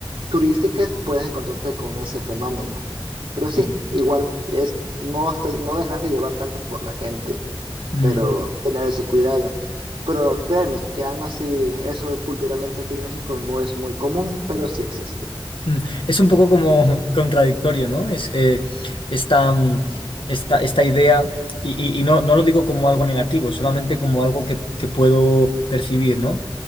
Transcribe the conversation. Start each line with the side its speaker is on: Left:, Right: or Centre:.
Right: turísticas, puedes encontrarte con ese fenómeno. Pero
Left: mm,
Right: sí, igual, es no, estar- no dejarte llevar tanto por la gente
Left: mm,
Right: pero tener ese cuidado. Pero créeme que aún así eso culturalmente aquí en México no es muy común, pero sí existe.
Left: mm. Es un poco como <laughs> contradictorio, ¿no? Es, eh, esta, mm, esta, esta idea, y, y- y no, no lo digo como algo negativo, solamente como algo que, que puedo percibir, ¿no?